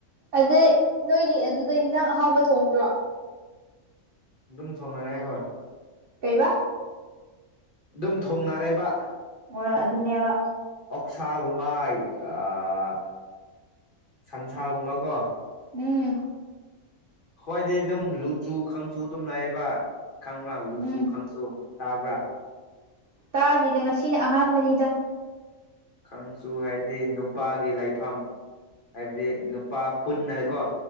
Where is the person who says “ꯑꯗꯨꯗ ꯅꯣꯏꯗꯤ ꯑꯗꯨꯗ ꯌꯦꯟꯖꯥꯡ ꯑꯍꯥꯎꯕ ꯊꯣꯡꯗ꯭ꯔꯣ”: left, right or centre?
Right